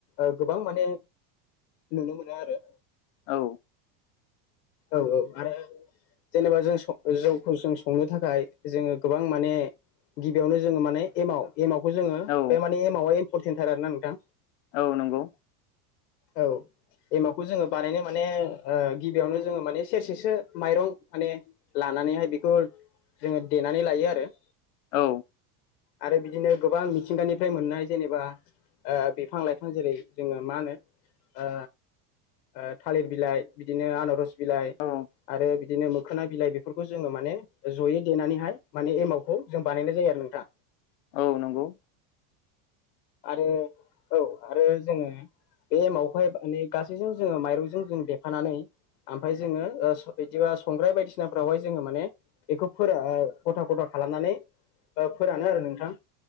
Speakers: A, on the left; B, on the left.
A: ओ गोबां माने नुनो मोनो आरो।
B: औ।
A: औ औ आरो जेनेबा जों स जौखौ जों संनो थाखाय जोङो गोबां माने गिबियावनो जोङो माने एमाव, एमावखौ जोङो
B: औ
A: बे माने एमवा एम्फरटेन्टथार आरोना नोंथां।
B: औ नंगौ।
A: औ एमावखौ जोङो बानायनो माने ओ गिबियावनो जोङो माने सेरसेसो माइरं माने लानानैहाय बेखौ जोङो देनानै लायो आरो।
B: औ।
A: आरो बिदिनो गोबां मिथिंगानिफ्राय मोननाय जेनेबा ओ बिफां लाइफां जेरै जोङो मा होनो ओ ओ थालिर बिलाइ, बिदिनो आनारस बिलाइ
B: औ
A: आरो बि दिनो मोखोना बिलाइ बेफोरखौ जोङो माने जयै देनानैहाय माने एमावखौ जों बानायनाय जायो आरो नोंथां।
B: औ नंगौ।
A: आरो औ आरो जोङो बे एमावखौहाय माने गासैजों जोङो माइरंजों जों देफानानै आमफाय जोङो ओ बिदिबा संग्राय बायदिसिनाफ्रावहाय जोङो माने बेखौ फोरा ओ खथा खथा खालामनानै ओ फोरानो आरो नोंथां।